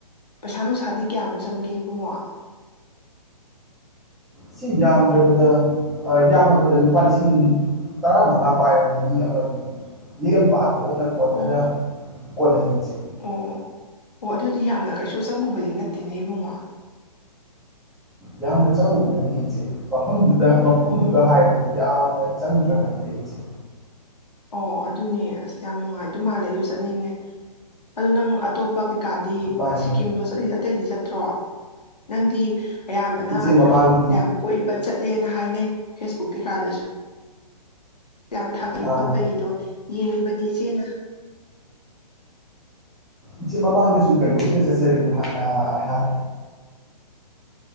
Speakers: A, on the left; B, in the centre.
A: ꯄꯩꯁꯥ ꯅꯨꯡꯁꯥꯗꯤ ꯀꯌꯥꯃꯨꯛ ꯆꯪꯒꯦ ꯏꯕꯨꯡꯉꯣ
B: ꯁꯤ ꯌꯥꯝꯗ꯭ꯔꯕꯗ ꯌꯥꯝꯃꯕꯗ ꯂꯨꯄꯥ ꯂꯤꯁꯤꯡ ꯇꯔꯥꯃꯉꯥ ꯄꯥꯏꯔꯕꯗꯤ ꯃꯤ ꯑꯃꯅ ꯂꯦꯝ ꯄꯥ ꯑꯣꯛꯅ ꯀꯣꯟꯅꯅ
A: ꯑꯣ
B: ꯀꯣꯟꯅꯩ ꯏꯆꯦ
A: ꯑꯣ ꯑꯣ ꯑꯗꯨꯗꯤ ꯌꯥꯝꯅ ꯀꯩꯁꯨ ꯆꯪꯉꯨꯕꯗꯤ ꯅꯠꯇꯦꯅꯦ ꯏꯕꯨꯡꯉꯣ
B: ꯌꯥꯝꯅ ꯆꯪꯉꯨꯕ ꯅꯠꯇꯦ ꯏꯆꯦ ꯃꯐꯝꯗꯨ ꯗ ꯃꯐꯝꯗꯨꯒ
A: ꯑꯣ
B: ꯍꯥꯏꯔꯕꯗꯤ ꯌꯥꯝ ꯅ ꯆꯪꯗ꯭ꯔꯕꯅꯤꯗꯤꯗ ꯏꯆꯦ
A: ꯑꯣ ꯑꯗꯨꯅꯦ ꯑꯁ ꯌꯥꯝ ꯅꯨꯡꯉꯥꯏꯗꯧ ꯃꯥꯜꯂꯦ ꯑꯩꯁꯨ ꯆꯠꯅꯤꯡꯉꯦ ꯑꯗꯨ ꯅꯪ ꯑꯇꯣꯞꯄ ꯀꯩ ꯀꯥꯥꯗꯤ
B: ꯃꯥꯅꯦ
A: ꯁꯤꯀꯤꯝꯂꯣ ꯆꯠꯂꯤꯗꯣ ꯑꯇꯩꯗꯤ ꯆꯠꯇ꯭ꯔꯣ ꯅꯪꯗꯤ ꯑꯌꯥꯝꯕꯅ
B: ꯏꯆꯦ ꯃꯃꯥꯡꯒꯤ
A: ꯌꯥꯝ ꯀꯣꯏꯕ ꯆꯠꯂꯦꯅ ꯍꯥꯏꯅꯩ ꯐꯦꯁꯕꯨꯛ ꯀꯩꯀꯥꯗꯁꯨ ꯌꯥꯝ ꯊꯥꯒꯠꯏ
B: ꯑꯥ
A: ꯈꯣꯠꯄꯒꯤꯗꯣ ꯌꯦꯡꯉꯤꯕꯅꯤ ꯏꯆꯦꯅ
B: ꯏꯆꯦ ꯃꯃꯥꯡꯗꯁꯨ ꯀꯩꯅꯣꯒꯤꯗ ꯆꯠꯆꯔꯨꯏ ꯑꯩꯍꯥꯛ